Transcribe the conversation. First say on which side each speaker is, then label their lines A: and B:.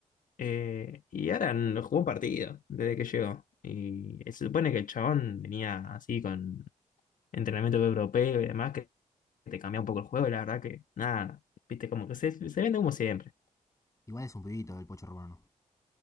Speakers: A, on the left (about 75°); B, on the left (about 25°).
A: Eh, y ahora no jugó un partido desde que llegó. Y se supone que el chabón venía así con entrenamiento europeo y demás, que te cambia un poco el juego. Y la verdad que, nada, ¿viste? Como que se, se vende como siempre.
B: Igual es un pibito el Pocho Romano.